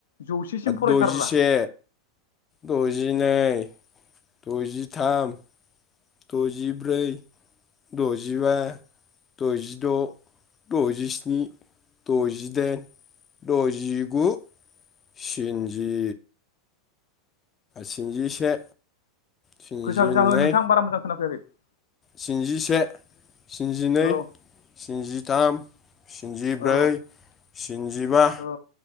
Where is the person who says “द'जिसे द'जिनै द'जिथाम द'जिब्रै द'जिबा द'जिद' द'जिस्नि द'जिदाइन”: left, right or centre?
Left